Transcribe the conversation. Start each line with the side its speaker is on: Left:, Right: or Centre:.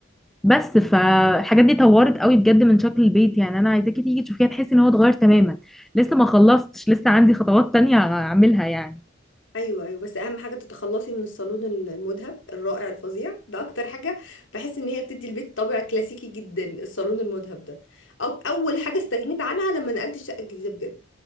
Centre: بس فالحاجات دي طورت قوي بجد من شكل البيت يعني انا عايزاكي تيجي تشوفيها تحسي ان هو اتغير تماما لسه ما خلصتش لسه عندي خطوات تانية اعملها يعني
Left: ايوه ايوه بس اهم حاجه تتخلصي من الصالون المذهب الرائع الفظيع ده اكتر حاجه بحس ان هي بتدي البيت طابع كلاسيكي جدا الصالون المذهب ده او اول حاجه استغنيت عنها لما نقلت الشقه الجديده بجد